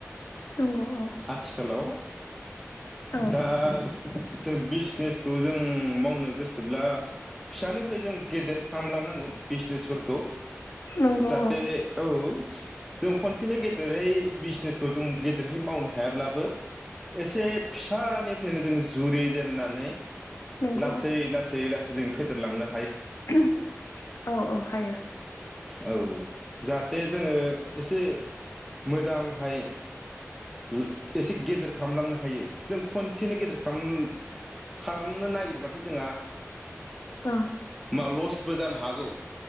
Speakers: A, on the left; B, in the centre.
A: नंगौ औ
B: आथिखालाव
A: औ
B: दा जों बिजनेसखौ जों मावनो गोसोब्ला फिसानिफ्राय जों गेदेर खालामलांनांगौ बिजनेसफोरखौ।
A: नंगौ
B: जाहाथे
A: औ
B: औ। जों खनसेनो गेदेरै बिजनेसखौ जों गेदेरहै मावनो हायाब्लाबो एसे फिसानिफ्रायनो जों जुरिजेेननानै
A: नंगौ
B: लासै लासै लास जों फेदेरलांना
A: <unintelligible> औ औ हायो।
B: औ जाहाथे जोङो एसे मोजांहाय लो एसे गेदेर खालामलांनो हायो जों खनसेनो गेदेर खाम खालामनो नागिरबाथाय जोंहा
A: अह।
B: ओ लसबो जानो हागौ।